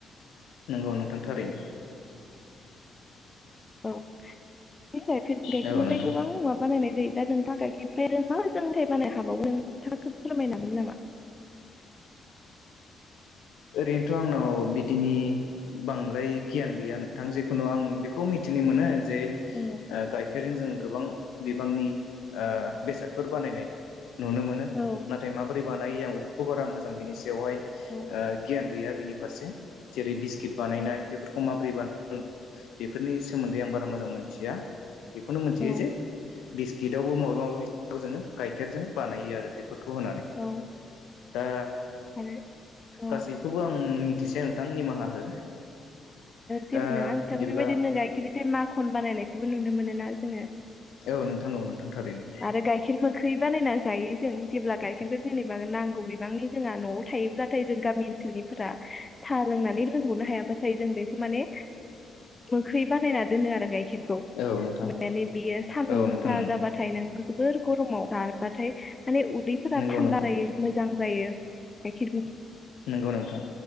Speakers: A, on the left; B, on the left.
A: नोंगौ नोंथां थारैनो
B: औ फिन गाइखेर गाइखेरनिफ्राय
A: औ नोंथां
B: गोबां मुवा बानायनाय जायो दा नोंथां गाइखेर फ्रा रों मा जोंथाय बानायनो हाबावो नोंथाङा फोरमायनो हाबावगोन नामा?
A: ओरैनोथ' आंनाव बिदिनि बांद्राय गियान गैया नोंथां जेखुनु आं बेखौ मिथिनो मोनो जे ओ
B: औ
A: गाइखेरजों जों गोबां बिबांनि ओ बेसादफोर बानायनाय नुनो मोनो
B: औ
A: नाथाय माबोरै बानायो आं बेफोरखौ बारा मोजां बेनि सायावहाय ओ
B: औ
A: गियान गैया बेनि फारसे जेरै बिस किट बानायनाय
B: औ
A: बेफोरखौ मोरै बान ओं बेफोरनि सोमोन्दै आं बारा मोजां मोनथिया बेखौनो मोनथियो
B: औ
A: जे बिस्किटावबो मबेबा माबि जोङो गाइखेरजों बानायो आरो बे बेफोरखौ होनानै
B: औ
A: दा
B: आरो औ
A: गासैखौबो आं मिथिसे नोंथां निमाहा हो
B: जेबो
A: दा
B: नङा नोंथां
A: बिदिब्ला
B: बेबायदिनो गाइखेरखो माखन बानायनायखौबो नुनो मोनो ना जोङो
A: औ नोंथां औ नोंथां थारैनो
B: आरो गाइखेर मोखै बानायना जायो जों जेब्ला गाइखेरखौ जेनेबा नांगौ बिबांनि जोंहा न'आव थायोब्लाथाय जों गामि ओनसोलनिफोरा सा लोंनानै लोंग'नो हायाब्लाथाय जों बेखौ माने मोखै बानायना दोनो आरो गाइखेर खौ
A: औ नोंथां
B: माने बियो सान्दुं
A: औ
B: गोसा
A: नोंथां नंगौ
B: जाबा थाय नांगौ जोबोर गरमाव जाबारबाथाय माने उदैफोरा
A: नंगौ
B: थान्दा
A: नोंथां
B: जायो मोजां जायो गायखेर
A: नंगौ नोंथां